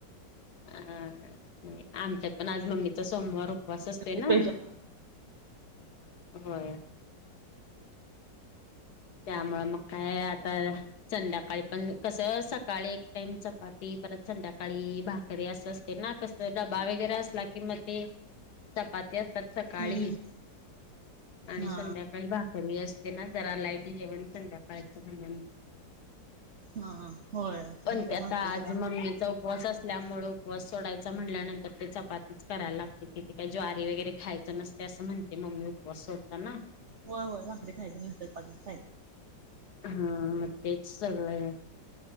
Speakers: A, on the left (about 65°); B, on the right (about 65°).
A: अहं आमच्यात पण आज मम्मीचा सोमवार उपवास असतय ना.
B: स्पेशल
A: होय. त्यामुळं मग काय आता संध्याकाळी पण कसं सकाळी एक टाइम चपाती, परत संध्याकाळी भाकरी असं असते ना. तर कसं डबा वगैरे असला की म ते चपाती असत्यात सकाळी
B: हम्म
A: आणि
B: हा
A: संध्या काही भाकरी असते ना जरा लाईट जेवण संध्याकाळचं म्हणून.
B: हा होय
A: पण
B: मग काय
A: त्यात
B: भाकरी
A: आज
B: जरा
A: मम्मीचा उप उपवास असल्यामुळं उपवास सोडायचा म्हनल्यानंतर ते चपातीच करायला लागती. तिथे काय ज्वारी वगैरे खायचं नसतं. ती असं म्हणते मम्मी उपवास सोडताना.
B: होय होय भाकरी खायचे नुसतं. <unintelligible>
A: हा तेच सगळं आहे.